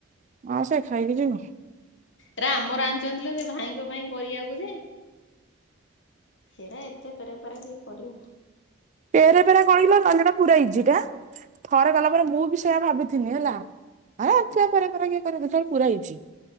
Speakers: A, on the right (about 35°); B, on the left (about 60°).
A: ଆ ସେ ଖାଇକି ଯିବୁ।
B: ଇରା ଆମର ଆନ ଚନ୍ତି ସେ ଭାଇଙ୍କ ପାଇଁ କରିଆକୁ ଯେ। ହେରା ଏତେ ପେରାପେରା କିଏ କରିବ?
A: ପେରେ ପେରା କଣ କିଲୋ ସନ୍ଦିରେ ପୁରେଇଜି ବା ଥରେ ଗଲା ପରେ ମୁଁ ବି ସେଇୟା ଭାବିଥିନି ହେଲା। ଆ ଅଥିଆପରେ ପରେ କିଏ କରିବୁ ଯାଇ। ପୁରା ହେଇଛି